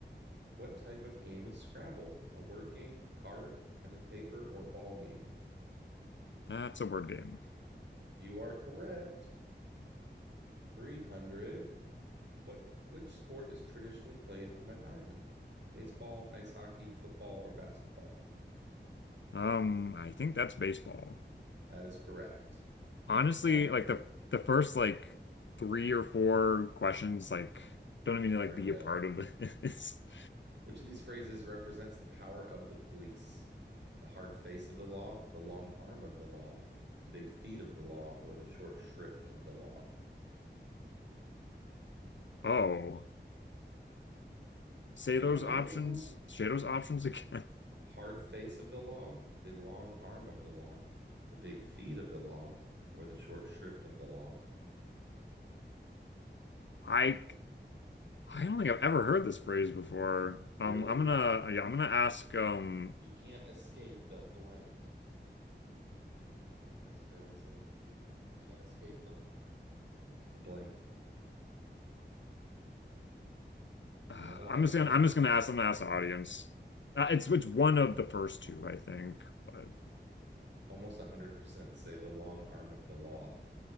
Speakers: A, on the right; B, on the left.
A: What type of game is Scrabble? A word game, card, pen and paper, or ball game?
B: That's a word game.
A: You are correct. 300. What which sport is traditionally played on a diamond? Baseball, ice hockey, football, or basketball?
B: Um, I think that's baseball.
A: That is correct.
B: Honestly,
A: You're flying through
B: like the
A: them.
B: the first like three or four questions, like don't even
A: Brain
B: like be
A: dead.
B: a part of this. <laughs>
A: Which of these phrases represents the power of the police? The hard face of the law, the long arm of the law, the big feet of the law, or the short shrift of the law?
B: Oh, say
A: You
B: those
A: don't know
B: options,
A: this one?
B: say those options <laughs> again.
A: Hard face of the law, the long arm of the law, the big feet of the law, or the short shrift of the law?
B: I I don't think I've ever heard this phrase before.
A: Really?
B: Um, I'm gonna yeah, I'm gonna ask. Um,
A: You can't escape the blank. That's what they always say. You can can't escape the The blank.
B: <sighs>
A: You
B: uh,
A: have a lifeline.
B: I'm just gonna I'm just gonna ask. I'm gonna ask the audience. Uh, it's it's one of the first two, I think. But
A: Almost 100% say the long arm of the law.